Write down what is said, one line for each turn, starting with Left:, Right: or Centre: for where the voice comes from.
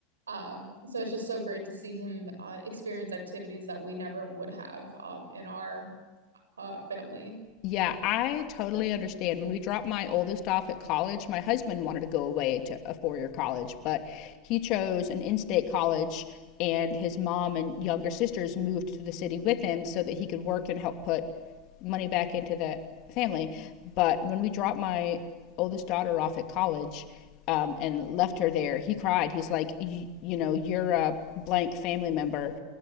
Right: Um, so it's just so great to see him uh, experience activities that we never would have um, in our uh, family.
Left: Yeah, I totally understand. When we dropped my oldest off at college, my husband wanted to go away to a four year college, but he chose an in state college, and his mom and younger sisters moved to the city with him so that he could work and help put money back into the family. But when we dropped my oldest daughter off at college, um, and left her there, he cried. He's like, "Y- you know, you're a blank family member